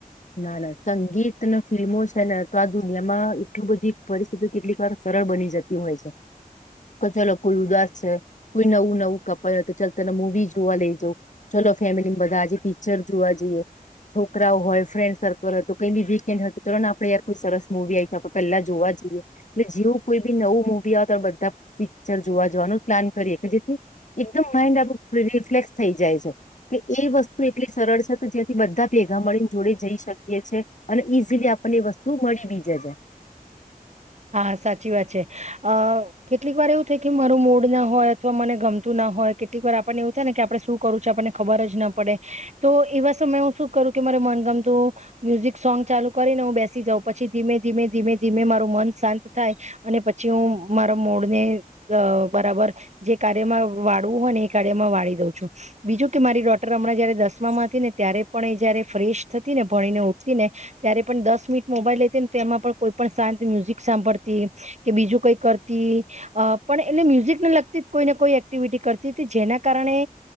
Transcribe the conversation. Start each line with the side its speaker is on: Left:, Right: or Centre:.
Left: ના ના સંગીત અને ફિલ્મો છે ને તો આ દુનિયામાં એટલી બધી પરિસ્થિતિ કેટલી વાર સરળ બની જતી હોય છે કે ચલો કોઈ ઉદાસ છે કોઈ નવું નવું કપલ હોય તો ચાલ તને મૂવી જોવા લઈ જઉ ચલો ફેમિલી બધા આજે પિચર જોવા જઈએ છોકરાઓ હોય ફ્રેન્ડ સર્કલ હતો કઈ બી વીક એન્ડ તો ચાલ ને આપડણે યાર કોઈ સરસ મુવી આવીશ આપણે પહેલા જોવા જઈએ એટલે જેવું કોઈ બી નવું મુવી આવ તો આપ બધા પિક્ચર જોવા જવાનું પ્લાન કરીએ કે જેથી એકદમ માઈન્ડ આપ રિફ્લેક્સ થઈ જાય છે કે એ વસ્તુ એટલી સરળ છે કે જેયાંથી બધા ભેગા મળીને જોડે જઈ શકીએ છ છે અને ઈઝીલી આપણને એ વસ્તુ મળી બી જાય જ
Right: હા સાચી વાત છે અ કેટલીક વાર એવું થાય કે મારું મૂડ ના હોય અથવા મને ગમતું ના હોય કેટલીક વાર આપણને એવું થાય ને કે આપડણે શું કરું છે આપણને ખબર જ ના પડે તો એવા સમય હું શું કરું કે મારે મન ગમતું મ્યુઝિક સોંગ ચાલુ કરીને હું બેસી જાઉં પછી ધીમે ધીમે ધીમે ધીમે મારું મન શાંત થાય અને પછી હું મારા મોડને અ બરાબર જે કાર્યમાં વાળવું હોય ને એ કાર્યમાં વાળી દઉં છું બીજું કે મારી ડોટર હમણાં જયારે દસમામાં હતી ને ત્યારે પણ એ જયારે ફ્રેશ થતી ને ભણીને ઉઠતી ને ત્યારે પણ દસ મિનિટ મોબાઈલ લેતી ને તો એમાં પણ કોઈ પણ શાંત મ્યુઝિક સાંભળતી કે બીજું કઈ કરતી પણ એટલે મ્યુઝિકને લગતી જ કોઈને કોઈ એક્ટિવિટી કરતી હતી જેના કારણે